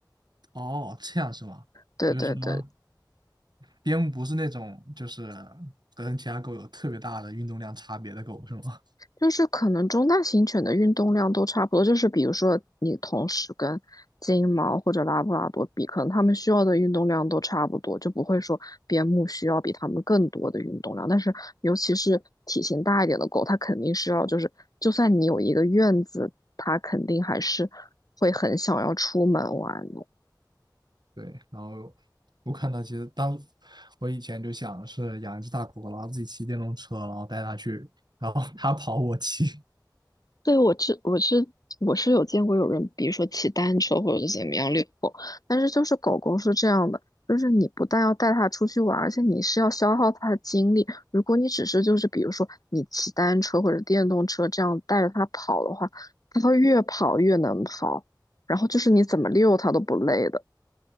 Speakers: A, on the right; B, on the left.
A: 哦，这样是吗？
B: 对对对。
A: 就是说。边牧不是那种就是跟其他狗有特别大的运动量差别的狗是吗？<laughs>
B: 就是可能中大型犬的运动量都差不多，就是比如说你同时跟金毛或者拉布拉多比，可能它们需要的运动量都差不多，就不会说边牧需要比它们更多的运动量。但是尤其是体型大一点的狗，它肯定是要就是，就算你有一个院子，它肯定还是会很想要出门玩。
A: 对，然后我看到其实当我以前就想是养一只大狗狗，然后自己骑电动车，然后带它去，然后它跑我骑，
B: 对，我是我是我是有见过有人，比如说骑单车或者是怎么样遛狗，但是就是狗狗是这样的，就是你不但要带它出去玩而且你是要消耗它的精力。如果你只是就是比如说你骑单车或者电动车这样带着它跑的话，它会越跑越能跑，然后就是你怎么遛它都不累的。